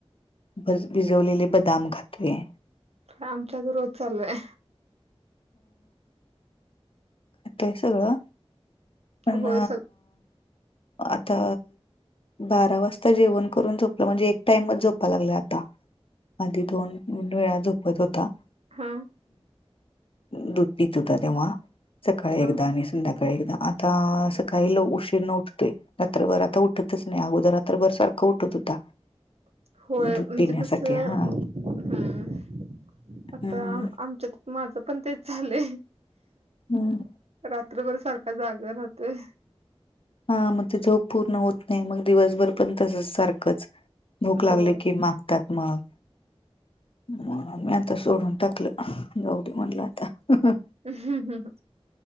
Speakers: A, on the left (about 60°); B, on the right (about 80°).
A: भज भिजवलेले बदाम खातोय.
B: आमच्या तर रोज चालू आहे.
A: आता हे सगळं पण
B: होय सग
A: आता बारा वाजता जेवण करून झोपलं म्हणजे एक टाइमच झोपा लागलोय आता. आधी दोन उंडळ्या झोपत होता
B: हा
A: दूध पीत होत तेव्हा सकाळी
B: हा
A: एकदा आणि संध्याकाळी एकदा आता सकाळीला उशीरण उठतोय. रात्रभर आता उठतंच नाही अगोदर रात्रभर सारखा उठत होता.
B: <inaudible> होय
A: दूध
B: म्हणजे
A: पिण्यासाठी
B: कसं
A: हा
B: हम्म आता
A: हम्म.
B: अ आमच्यात माझं पण तेच झालंय.
A: हम्म.
B: रात्रभर सारखा जागा राहतोय.
A: हा म ते झोप पूर्ण होत नाही मग दिवसभर पण तसंच सारखंच भूक लागले
B: हो
A: की मागतात मग म मी आता सोडून टाकलं. जाऊ दे म्हंटल आता.
B: हम्म हम्म